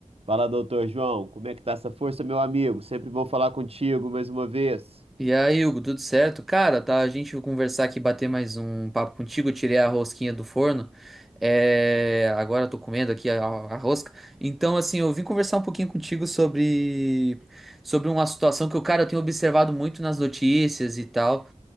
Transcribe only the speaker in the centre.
E aí, Hugo, tudo certo? Cara, tá, a gente vai conversar aqui, bater mais um papo contigo, Eu tirei a rosquinha do forno. É, agora eu tô comendo aqui a, a rosca. Então, assim, eu vim conversar um pouquinho contigo sobre sobre uma situação que, eu, cara, eu tenho observado muito nas notícias e tal,